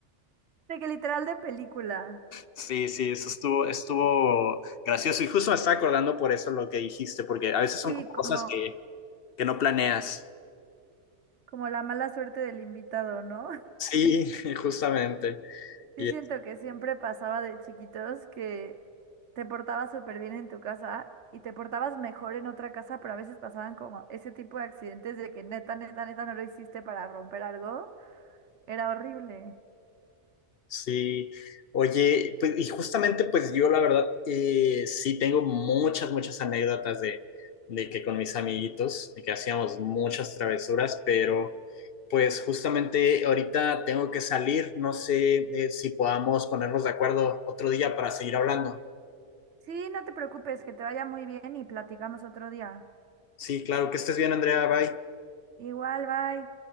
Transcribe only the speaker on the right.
De que literal de película.
Sí,
como,
como la mala suerte del invitado, ¿no?
Sí,
siento que siempre pasaba de chiquitos que te portabas súper bien en tu casa y te portabas mejor en otra casa, pero a veces pasaban como ese tipo de accidentes de que neta, neta, neta no lo hiciste para romper algo. Era horrible.
Sí, no te preocupes, que te vaya muy bien y platicamos otro día.
Igual, bye.